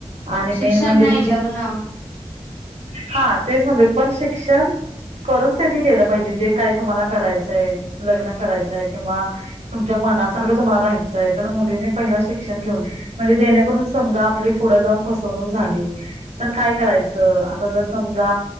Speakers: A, on the right (about 65°); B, on the left (about 15°).
A: आणि मेन
B: शिक्षण
A: म्हणजे
B: नाही
A: जी
B: लग्न
A: हा तेच म्हणते. पण शिक्षण करून कधी गेलं? म्हणजे जे काय तुम्हाला करायचंय -- लग्न करायचाय किंवा तुमच्या मनासारखं तुम्हाला राहायचंय तर मुलीनी पहिला शिक्षण घेऊन म्हणजे जेणेकरून समजा आपली पुढं जाऊन फसवणूक झाली तर काय करायचं? जर समजा